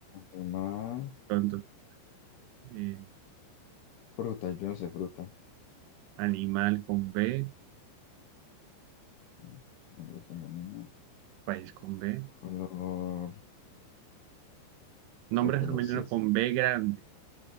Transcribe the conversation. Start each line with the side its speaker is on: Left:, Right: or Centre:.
Left: Animal.
Right: tonto. Eh,
Left: Fruta, yo no sé fruta.
Right: animal con B,
Left: Eh, Nombre femenino.
Right: país con B.
Left: Color.
Right: Nombre
Left: Sí, color
Right: femenino
Left: sí.
Right: con B grande.